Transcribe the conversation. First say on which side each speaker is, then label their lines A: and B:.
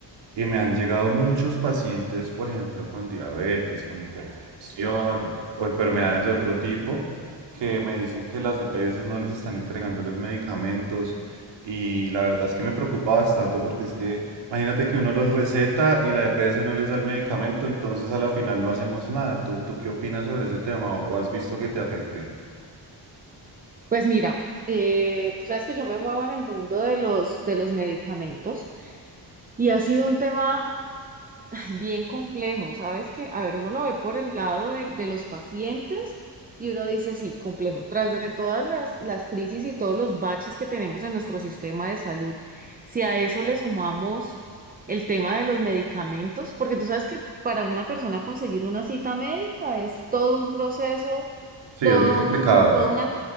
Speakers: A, on the right; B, on the right.
A: Y me han llegado muchos pacientes, por ejemplo, con diabetes, con hipertensión o enfermedades de otro tipo, que me dicen que las EPS no les están entregando los medicamentos. Y la verdad es que me preocupa bastante porque es que imagínate que uno los receta y la EPS no les da el medicamento, entonces a la final no hacemos nada. ¿Tú, tú qué opinas sobre ese tema o, o has visto que te afecte?
B: Pues mira, eh, tú sabes que yo me muevo en el mundo de los, de los medicamentos y ha sido un tema ay, bien complejo, ¿sabes? Que, a ver, uno lo ve por el lado de, de los pacientes y uno dice, sí, complejo, tras de todas las, las crisis y todos los baches que tenemos en nuestro sistema de salud, si a eso le sumamos el tema de los medicamentos, porque tú sabes que para una persona conseguir una cita médica es todo un proceso
A: Sí,
B: todo
A: es muy complicado.
B: un, todo una,